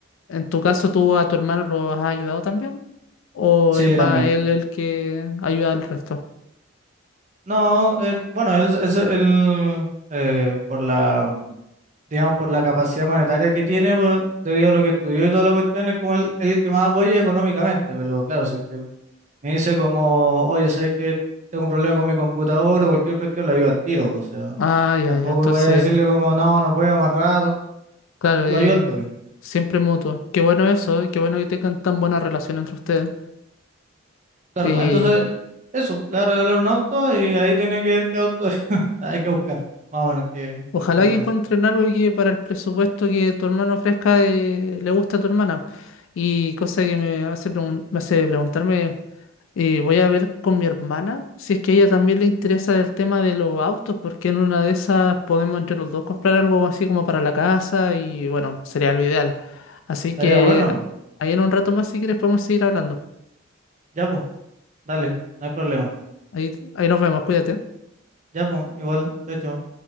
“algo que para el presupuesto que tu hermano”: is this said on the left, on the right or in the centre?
Left